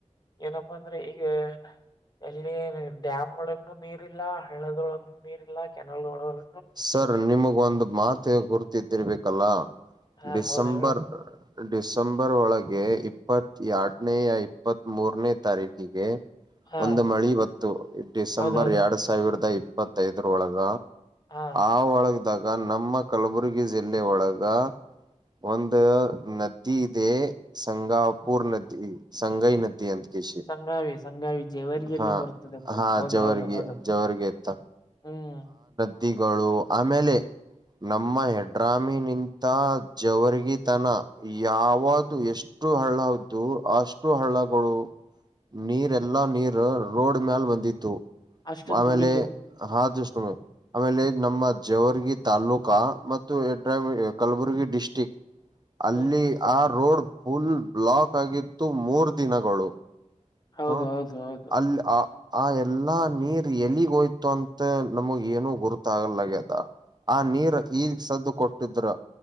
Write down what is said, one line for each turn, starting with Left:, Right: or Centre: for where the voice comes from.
Left: ಏನಪ್ಪಾ ಅಂದ್ರೆ ಈಗ ಎಲ್ಲಿ ಡ್ಯಾಮ್ ಒಳಗನು ನೀರ್ ಇಲ್ಲ ಹಳ್ಳದೊಳಗ್ನುೂ ನೀರ್ ಇಲ್ಲ ಕೆನಲ್ ಒಳಗ
Right: ಸರ್ ನಿಮಗ ಒಂದ್ ಮಾತು ಗುರ್ತಿದಿರ್ಬೇಕಲ್ಲ
Left: ಹಾ
Right: ಡಿಸೆಂಬರ್
Left: ಹೌದು ಹೇಳು
Right: ಡಿಸೆಂಬರ್ ಒಳಗೆ ಇಪ್ಪತ್ತ ಎರಡನೇೆಯ ಇಪ್ಪತ್ತ್ಮೂರನೇ ತಾರೀಕಿಗೆ
Left: ಹಾ
Right: ಒಂದು ಮಳಿಬಂತ್ತು ಡಿಸೆಂಬರ್
Left: ಹೌದೌದು
Right: ಎರಡ್ ಸಾವಿರದ ಇಪ್ಪತ್ತೈದರೊಳಗ
Left: ಹಾ
Right: ಆ ಒಳಗದಾಗ ನಮ್ಮ ಕಲಬುರ್ಗಿ ಜಿಲ್ಲೆ ಒಳಗ ಒಂದು ನದಿ ಇದೆ ಸಂಗಾಪುರ್ ನದಿ ಸಂಗೈ ನದಿ ನದಿ ಅಂತಕೇಸಿ
Left: ಸಂಗಾವಿ ಸಂಗಾವಿ ಜೇವರಿಯಲ್ಲಿ
Right: ಹಾ
Left: ಬರ್ತದಪ್ಪ
Right: ಹಾ
Left: ಹೌದು
Right: ಜವರ್ಗಿ
Left: ಹೌದು ಹೌದು
Right: ಜವರ್ಗಿ ಇತ
Left: ಹ್ಮ್
Right: ನದಿಗಳು ಆಮೇಲೆ ನಮ್ಮ ಹೆಡ್ರಾಮಿನಿಂತ ಜವರ್ಗಿತನ ಯಾವದು ಎಷ್ಟು ಅಷ್ಟು ಹಳ್ಳ ಇದ್ದು ಅಷ್ಟು ಹಳ್ಳಗಳು ನೀರ್ ಎಲ್ಲಾ ನೀರ್ ರೋಡ್ ಮ್ಯಲ್ ಬಂದಿತ್ತು
Left: ಅಷ್ಟು
Right: ಆಮೇಲೆ
Left: ತುಂಬಿದ್ದು
Right: <inaudible> ತಗೋ ಆಮೇಲೆ ನಮ್ಮ ಜೇವರ್ಗಿ ತಾಲೂಕ ಮತ್ತುಯಡ್ರಾಮಿ ಕಲಬುರ್ಗಿ ಡಿಸ್ಟ್ರಿಕ್ ಅಲ್ಲಿ
Left: ಹ್ಮ್
Right: ಆ ರೋಡ್ ಫುಲ್ ಬ್ಲಾಕ್ ಆಗಿತ್ತು ಮೂರ್ ದಿನಗಳು
Left: ಹೌದು
Right: ಹ
Left: ಹೌದು ಹೌದು
Right: ಅಲ್ಲಿ ಹಾ ಆ ಎಲ್ಲಾ ನೀರ್ ಎಲ್ಲಿಗ್ ಹೋಯ್ತು ಅಂತ ನಮಗ ಏನು ಗುರುತ ಆಗಲಗ್ಯದ ಆ ನೀರ್ ಈಗ್ ಸದ್ದು ಕೊಟ್ಟಿದರು